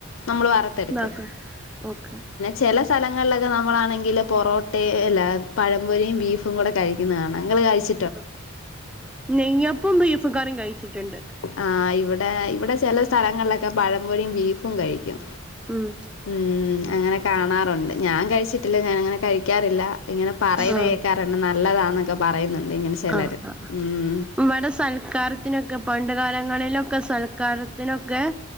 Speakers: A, on the left; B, in the centre.
A: നമ്മള് വറുത്ത് എടുക്കും
B: ഇതാക്ക ഓക്കെ
A: ചെല സ്ഥലങ്ങളിലൊക്കെ നമ്മളാണെങ്കിൽ പൊറോട്ടയും അല്ല പഴം പൊരിയും ബീഫും കൂടെ കഴിക്കുന്നത് കാണാം നിങ്ങള് കഴി -
B: ആ നെയ്യപ്പോം ബീഫ് കറിയും കഴിച്ചിട്ടുണ്ട്
A: ആ ഇവിടെ ഇവിടെ ചെല സ്ഥലങ്ങളിലൊക്കെ പഴംപൊരിയും ബീഫും കഴിക്കും
B: ഉം
A: ഉം അങ്ങനെ- കാണാറുണ്ട് ഞാൻ കഴിച്ചിട്ടില്ല ഞാനിങ്ങനെ കഴിക്കാറില്ല ഇങ്ങനെ പറയുന്ന
B: ആഹ്
A: കേക്കാറുണ്ട് നല്ലതാന്നൊക്കെ- പറയുന്നുണ്ട് ഇങ്ങനെ ചെലര്
B: ആഹ് ആഹ്
A: ഉം
B: <unintelligible> സൽക്കാരത്തിനൊക്കെ പണ്ട് കാലങ്ങളിലൊക്കെ സൽക്കാരത്തിനൊക്കെ-